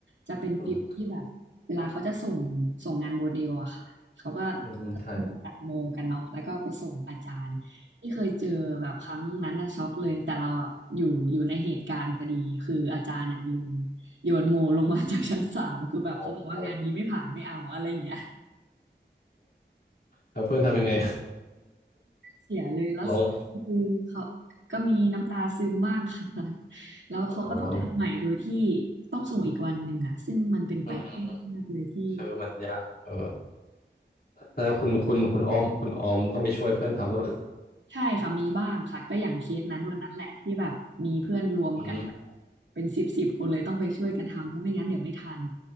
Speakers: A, on the right; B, on the left.
A: จะเป็นฟิลที่แบบเวลาเขาจะส่งส่งงานโมเดลอะค่ะเขาก็
B: อืมอืมอืมใช่
A: จะต้องตัดโมกันเนาะแล้วก็ไปส่งอาจารย์ที่เคยเจอแบบครั้งนั้นอะช็อกเลยแต่เราอะอยู่อยู่ในเหตุการณ์พอดีคืออาจารย์อะโยนโยนโมลงมาจากชั้นสามคือแบบเขาบอกว่างานนี้ไม่ผ่านไม่เอาอะไรอย่างเงี้ย
B: โอ้แล้วเพื่อนทำยังไง
A: เสียเลยแล้วสุดท้ายคือเขาก็มีน้ำตาซึมบ้างค่ะ
B: <laughs> ร้อง
A: <laughs> แล้วเขาก็ต้องทำใหม่โดยที่
B: อ่าโอเค
A: ต้องส่งอีกวันหนึ่งอะซึ่งมันเป็นไปไม่ได้ยากมากเลยที่
B: อืมเธอมันยากเออแล้วคุณคุณคุณออมคุณออมต้องไปช่วยเพื่อนทำหรือเปล่า
A: ใช่ค่ะมีบ้างค่ะก็อย่างเคสนั้นวันนั้นแหละที่แบบมีเพื่อนรวมกัน
B: อืม
A: เป็นสิบสิบคนเลยต้องไปช่วยกันทำเพราะไม่งั้นเดี๋ยวไม่ทัน